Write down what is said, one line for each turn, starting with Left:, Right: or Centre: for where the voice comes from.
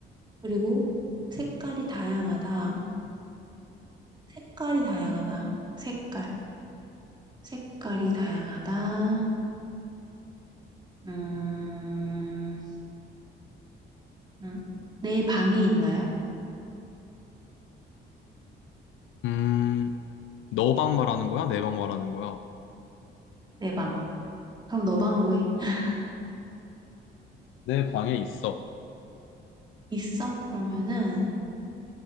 Right: 그리고 색깔이 다양하다. 색깔이 다양하다. 색깔. 색깔이 다양하다. 음, 음. 내 방에 있나요?
Left: 음, 너 방 말하는 거야? 내 방 말하는 거야?
Right: 내 방. 그럼 너 방으로 해. <laughs>
Left: 내 방에 있어.
Right: 있어? 그러면은,